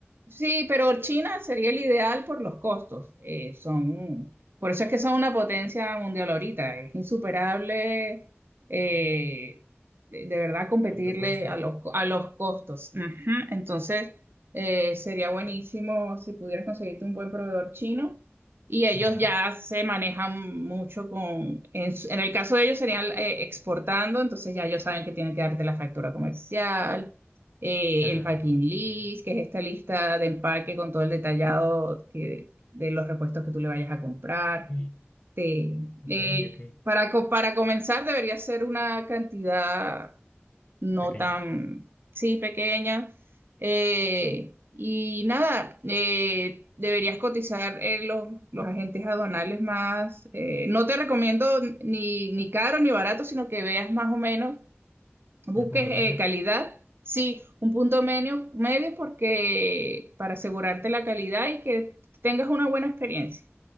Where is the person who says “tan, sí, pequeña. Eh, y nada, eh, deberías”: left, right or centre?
Right